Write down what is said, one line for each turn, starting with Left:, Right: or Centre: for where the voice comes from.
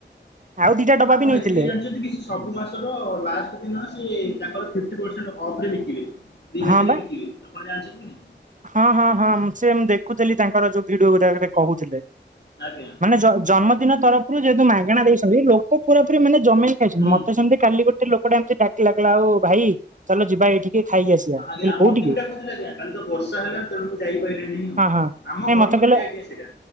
Right: ଆଉ ଦିଟା ଡବା
Left: ଆପଣ
Right: ବି ନେଇଥିଲେ
Left: ଏତିକି ଜାଣିଛନ୍ତି କି ସେ ସବୁ ମାସର ଲାଷ୍ଟ ଦିନ ସେ ତାଙ୍କର ଫିଫଟି ପରସେଣ୍ଟ ଅଫରେ ବିକିବେ। ରିହାତିରେ
Right: ହଁ ବା
Left: ବିକିବେ। ଆପଣ ଜାଣିଛନ୍ତି କି ନାଇଁ?
Right: ହଁ ହଁ ହଁ, ମୁଁ ସେ ମୁଁ ଦେଖୁଥିଲି ତାଙ୍କର ଯୋଉ ଭିଡିଓ ଗୁଡା ଏବେ ସେ କହୁଥିଲେ।
Left: ଆଜ୍ଞା।
Right: ମାନେ ଜନ ଜନ୍ମଦିନ ତରଫରୁ ଯେହେତୁ ମାଗଣା ଦେଇସନ୍ତି ଲୋକ ପୁରା ପୁରି ମାନେ ଜମେଇ ଖାଇସିନ୍ତି।
Left: ହୁଁ।
Right: ମତେ ସେମିତି କାଲି ଗୋଟେ ଗୋଟେ ଲୋକଟା ଏମିତି ଡାକିଲା, କହିଲା ଆଉ ଭାଇ ଚାଲ ଯିବା ଏଇଠିକି ଖାଇ ଆସିଆ। ମୁଁ
Left: ଆଜ୍ଞା
Right: କହିଲି କଉଠିକି?
Left: ମତେ ବି ଡାକୁଥିଲେ କାଲି ତ ବର୍ଷା ହେଲା, ତେଣୁ ମୁଁ ଯାଇପାଇଲିନି।
Right: ହଁ ହଁ
Left: ଆମ
Right: ନାଇଁ
Left: ଘର
Right: ମତେ
Left: ପାଖରେ
Right: କହିଲା
Left: <unintelligible> ସେଇଟା।